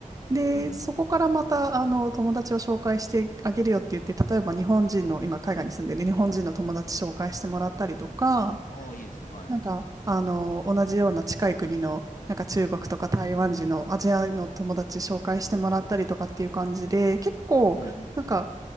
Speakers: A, on the right; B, on the left.
A: で、
B: うんうんうん。
A: そこからまた、あの、友達を紹介してあげるよって言って、例えば日本人の、今海外に住んでる日本人の友達紹介してもらったりとか、
B: ああ、いいですね。はい。
A: なんか、あの、同じような近い国の、なんか中国とか台湾人のアジアの友達紹介してもらったりとかっていう感じで、結構、
B: うんうん。
A: なんか、